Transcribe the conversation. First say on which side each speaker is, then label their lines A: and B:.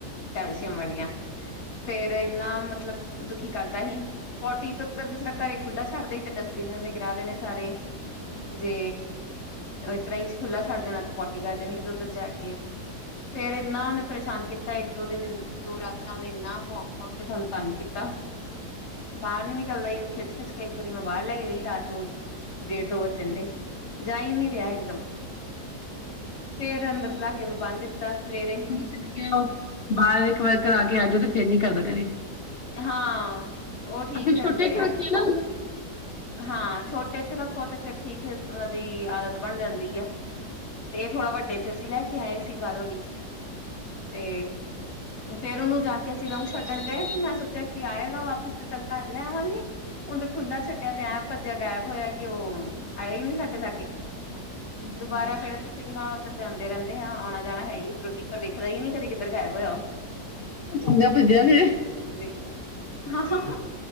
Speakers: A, on the left (about 80°); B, on the left (about 55°).
A: ਕੈਲਸ਼ੀਅਮ ਵਾਲੀਆਂ, ਫੇਰ ਇੰਨਾ ਮਤਲਬ ਦੁਖੀ ਕਰਦਾ ਸੀ, ਪੋਟੀ ਤੋਂ ਜਿਸ ਤਰ੍ਹਾਂ ਘਰੇ ਖੁੱਲ੍ਹਾਂ ਛੱਡਦੇ ਸੀ, ਤੇ ਡਸਟਬਿਨ ਵੀ ਉਹਦੇ ਗਿਰਾ ਦੇਣੇ ਸਾਰੇ। ਜੇ ਇਸ ਤਰ੍ਹਾਂ ਹੀ ਖੁੱਲਾ ਛੱਡ ਦੇਣਾ ਤੇ ਪੋਟੀ ਕਰ ਦੇਣੀ ਤੇ ਉੱਧਰ ਜਾ ਕੇ ਫੇਰ ਇੰਨਾ ਉਹਨੇ ਪਰੇਸ਼ਾਨ ਕੀਤਾ ਇੱਕ ਦੋ ਦਿਨ ਦੋ ਰਾਤਾਂ ਉਹਨੇ ਇੰਨਾ ਭੋਂਖ ਭੋਂਖ ਕੇ ਸੰਤਾਨ ਕੀਤਾ ਬਾਹਰ ਨੀ ਨਿਕਲਦਾ ਇਹਨੂੰ ਖਿੱਚ ਖਿੱਚ ਕੇ ਇੱਕ ਵਾਰੀ ਮੈਂ ਬਾਹਰ ਲੈ ਕੇ ਗਈ ਰਾਤ ਨੂੰ ਡੇਢ ਦੋ ਵ ਝੰਡੇ ਜਾਈ ਨਹੀਂੀ ਰਿਹਾ ਇਕਦਮ ਫਰ ਅੰਦਰ ਲਲਾਕੇ ਨੂੰ ਬੰਨ ਦਿੱਤਾ ਸਵੇਰੇ
B: ਲੱਿਆ ਬਾਹਰ ਇੱਕ ਵਾਰ ਕਰਾ ਕੇ ਆ ਜਾਓ ਤੇ ਫੇਰ ਨੀ ਕਰਦਾ ਕ
A: ਹਾਂ ਉਹ ਠੀਕ ਰਹਿੰਦੇ
B: ਛੋਟੇ ਤੋਂ
A: ਆ
B: ਰੱਖਿਆ ਨਾ
A: ਹਾਂ ਛੋਟੇ ਚ ਰੱਖੋ ਤੇ ਫੇਿਰ ਠੀਕ ਉਹਨਾਂ ਦੀ ਆਦਤ ਬਣ ਜਾਂਦੀ ਹੈ ਤੇ ਇਹ ਥੋੜਾ ਵੱਡੇ ਚ, ਅਸੀਂ ਲੈ ਕੇ ਆਏ ਸੀ। ਬਾਹਰੋਂ ਦੀ, ਤੇ ਫੇਰ ਉਹਨੂੰ ਜਾ ਕੇ ਅਸੀਂ ਲਊ ਛੱਡਣ ਗਏ ਤੇ ਮੈਂ ਚਾ ਕੀ ਆਏਗਾ ਵਾਪਿਸ ਤੇ ਚੱਲ ਘਰ ਲੈ ਆਵਾਂਗੇ, ਹੁਣ ਤੇ ਖੁੱਲਾ ਛੱਡਿਆ ਪਿਆ। ਭੱਜਿਆ ਗਾਇਬ ਹੋਇਆ ਕਿ ਉਹ ਆਇਆ ਹੀ ਨਹੀਂ ਸਾਡੇ ਲਾਗੇ, ਦੁਬਾਰਾ
B: ਉਹਨੂੰ
A: ਫੇਰ ਅਸੀਂ ਕਿੰਨਾ ਉੱਧਰ ਜਾਂਦੇ ਰਹਿੰਦੇ ਆ, ਆਣਾ ਜਾਣਾ ਹੈ ਹੀ ਉੱਧਰੋਂ ਦੀ ਪਰ ਦਿਖਦਾ ਹੀ ਨਹੀਂ ਕਦੀ, ਕਿੱਧਰ ਗਾਇਬ ਹੋਇਆ ਉਹ।
B: ਚੰਗਾ ਭੱਜਿਆ ਫੇਰ ਹੈਂ।
A: ਵੇਖਦਾ ਹਾਂ-ਹਾਂ-ਹਾਂ